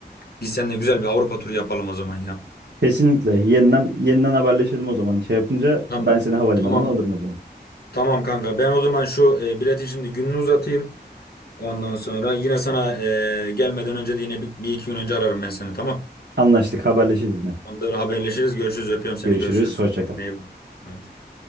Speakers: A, on the left; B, on the right.
A: Biz seninle güzel bir Avrupa turu yapalım o zaman ya.
B: Kesinlikle. Yeniden yeniden haberleşelim o zaman. Şey yapınca
A: Tamam,
B: ben seni havalimanından
A: tamam,
B: alırım o zaman.
A: tamam kanka. Ben o zaman şu e, biletin şimdi gününü uzatayım. Ondan sonra yine sana e, gelmeden önce de yine bir, bir iki gün önce ararım ben seni tamam.
B: Anlaştık. Haberleşiriz yine.
A: Tamamdır haberleşiriz. Görüşürüz. Öpüyorum seni.
B: Görüşürüz.
A: Görüşürüz.
B: Hoşça
A: Kendine
B: kal.
A: iyi bak. Hadi.